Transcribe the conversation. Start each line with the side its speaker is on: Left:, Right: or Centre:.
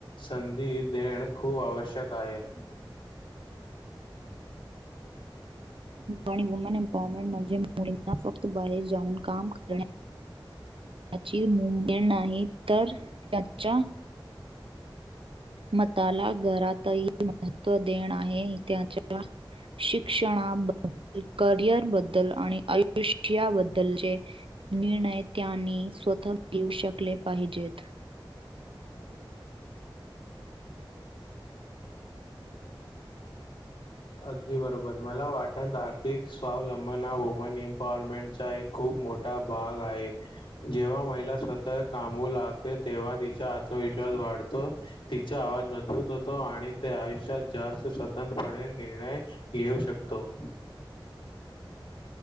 Left: संधी देण खूप आवश्यक आहे
Right: आणि वुमेन एम्पॉवरमेंट म्हणजे मुलींना फक्त बाहेर जाऊन काम करण्या
Left: <inaudible>
Right: त्याची मुमेंट नाही तर त्याच्या मताला घरातही महत्त्व देण आहे त्याच्या शिक्षणाबद्दल करिअर बद्दल आणि आयुष्याबद्दलचे निर्णय त्यांनी स्वतः घेऊ शकले पाहिजेत
Left: <inaudible> अगदी बरोबर मला वाटत आर्थिक स्वावलंबना ह वुमन एम्पॉवरमेंट चा एक खूप मोठा भाग आहे जेव्हा महिला स्वतः कामू लागते तेव्हा तिचा आत्मविश् वाढतो तिचा आवाज मजबूत होतो आणि ते आयुष्यात जास्त स्वतंत्रपणे निर्णय घेऊ शकतो